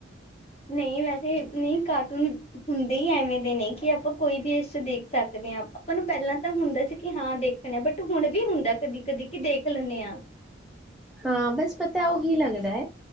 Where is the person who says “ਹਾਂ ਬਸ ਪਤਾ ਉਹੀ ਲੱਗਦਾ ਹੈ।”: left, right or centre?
Centre